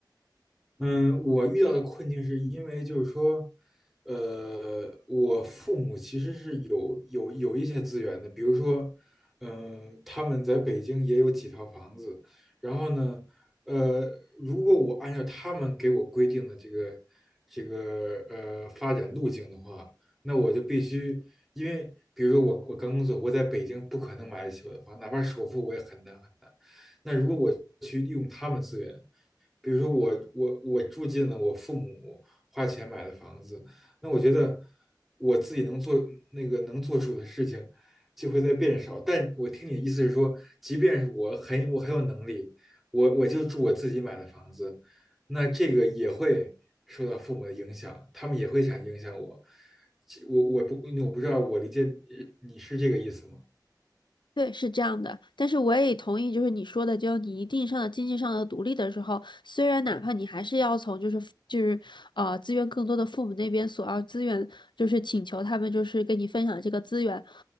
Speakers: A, in the centre; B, on the left.
A: 嗯，我遇到的困境是因为就是说，呃，我父母其实是有有有一些资源的，比如说，嗯，他们在北京也有几套房子，然后呢，呃，如果我按照他们给我规定的这个这个呃发展路径的话，那我就必须，因为比如说我我刚工作，我在北京不可能买得起我的房，哪怕首付我也很难很难。那如果我去利用他们资源。比如说我我我住进了我父母花钱买的房子，那我觉得我自己能做那个能做出的事情就会在变少。但我听你的意思是说，即便是我很我很有能力，我我就住我自己买的房子，那这个也会受到父母的影响，他们也会想影响我。我我不我不知道我理解你是这个意思吗？
B: 对，是这样的，但是我也同意，就是你说的，就你一定上的经济上的独立的时候，虽然哪怕你还是要从就是就是呃资源更多的父母那边索要资源，就是请求他们就是跟你分享这个资源，